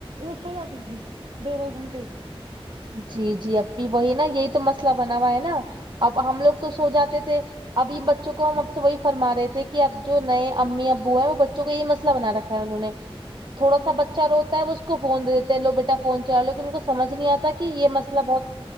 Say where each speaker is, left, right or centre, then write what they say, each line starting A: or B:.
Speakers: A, on the right (about 70°); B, on the right (about 50°).
A: وہ سو جاتی تھی دو دو گھنٹے
B: جی جی اب بھی وہی نا یہی تو مسئلہ بنا ہوا ہے نا اب ہم لوگ تو سو جاتے تھے ابھی بچوں کو ہم اب سے وہی فرما رہے تھے کہ اب جو نئے امی ابو ہیں وہ بچوں کو یہ مسئلہ بنا رکھا انہوں نے تھوڈا سا بچہ روتا ہے وہ اس کو فون د دیتے لو بیٹا فون چلا لو ان کو سمجھ نہیں آتا کہ یہ مسئلہ بہت